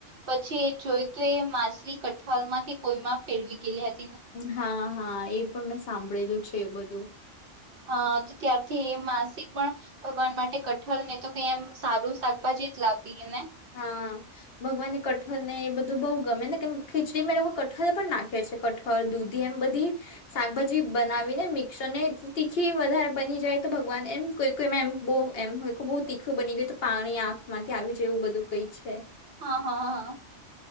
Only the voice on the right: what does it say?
પછી જોય તો એ માછલી કઠવાલમાં કે કોઈમાં ફેરવી ગયેલી હ
હ તો ત્યારથી એ માસી પણ ભગવાન માટે કઠલ ને તો કે એમ સારું શાકભાજી જ લાવતી અને
હા હા હા